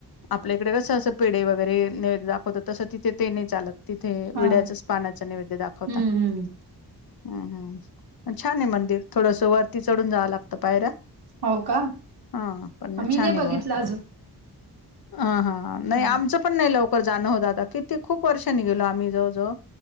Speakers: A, on the left; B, on the right.
A: आपल्या कडे कसं असं पेढ वगैरे नैवेद्य दाखवतात. तसं तिथे ते नाही चालत. तिथे विड्याच्याच
B: हा
A: पानाच नैवेद्य दाखवता
B: हम्म हम्म
A: हम्म हम्म छान आहे मंदिर थोडंस वरती चढून जावं लागतं पायऱ्या.
B: हो का
A: हा पण मग
B: मी
A: छान
B: नाही
A: य
B: बघितलं
A: बा.
B: अजून
A: हा हा नाही
B: हम्म.
A: आमचं पण नाही लवकर जाण हो दादा किती खूप वर्षानी गेलो आम्ही जवळवळ